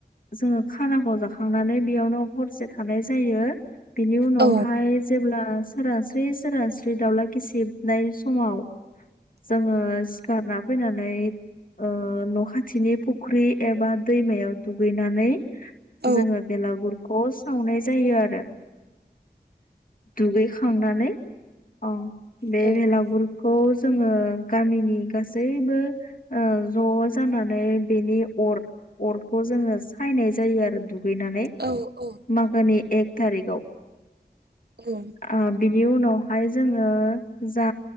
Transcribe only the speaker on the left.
जोङो खानाखौ जाखांनानै बेयावनो हरसे थानाय जायो बिनि उनाव
फ्राय जेब्ला सोरांस्रि सोरांस्रि दावउला गिसिबनाय समाव जोङो सिखारना फैनानै ओ न'खाथिनि फुख्रि एबा दैमायाव दुगैनानै
जोङो बेलागुरखौ सावनाय जायो आरो। दुगैखांनानै अ बे
बेलागुर खौ जोङो गामिनि गासैबो ओ ज' जानानै बेनि अर अरखौ जोङो सायनाय जायो आरो दुगैनानै
मागोनि एक थारिकआव।
ओ बिनि उनावहाय जोङो जा